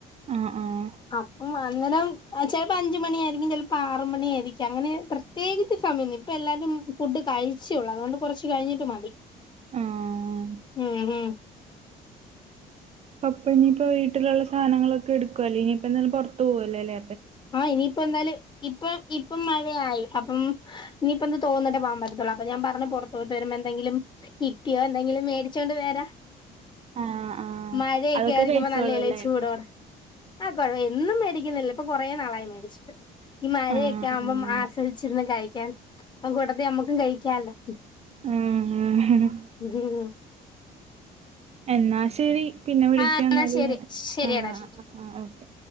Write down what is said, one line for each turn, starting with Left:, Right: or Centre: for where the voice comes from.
Right: ആഹ് ആഹ്
Left: അപ്പം അന്നേരം ചെലപ്പോ അഞ്ച് മണിയായിരിക്കും ചിലപ്പോ ആറ് മണി ആയിരിക്കും അങ്ങനെ പ്രത്യേകിച്ച് സമയൊന്നുല്ല ഇപ്പോ എല്ലാരും ഫുഡ് കഴിച്ചെള്ളൂ അതോണ്ട് കുറച്ച് കഴിഞ്ഞിട്ട് മതി
Right: ആഹ്
Left: ഉം ഉം
Right: പപ്പൊ ഇനിയിപ്പോ വീട്ടിലുള്ള സാധങ്ങളൊക്കെ എടുക്കുവ അല്ലേ ഇനിയിപ്പ എന്താലുംപുറത്ത് പോവല്ലല്ലേ
Left: ആ ഇനിയിപ്പോ എന്തായാലും ഇപ്പം ഇപ്പം മഴയായി അപ്പം ഇനിയിപ്പൊ എന്ത് തോന്ന്ട്ടേ പോവാൻ പറ്റതൊള്ളൂ അപ്പൊഞാൻ പറഞ്ഞു പൊട്ടത്തോട്ട് വെരുമ്പോ എന്തെങ്കിലും കിട്ടിയോ എന്തെങ്കിലും മേടിച് ചോണ്ട് വേരാ
Right: ആഹ് ആഹ്
Left: മഴയൊക്കെ
Right: അതൊക്കെ
Left: ആയിരിക്കുമ്പോ
Right: കഴിച്ചോളൂ
Left: നല്ല ഇള
Right: അല്ലേ
Left: ചൂടോടെ ആ കൊയ എന്നും മേടി ന്നില്ല ഇപ്പൊ കുറേ നാളായി മേടിച്ചിട്ട് ഈ മഴയൊക്കെ
Right: ആഹ്
Left: ആവുമ്പം
Right: ആഹ്
Left: ആസ്വദിച്ചിര്ന്ന് കഴിക്കാൻ അകൂട്ടത്തി അമ്മക്കും കഴിക്ക്യലോ
Right: ആഹ് എന്നാ ശെരി പിന്നെ വിളിക്ക്യന്നാല്
Left: ആ എന്നാ ശരി
Right: എ
Left: ശരിയടാ
Right: ആ
Left: ശരി
Right: ആ ഓക്കെ.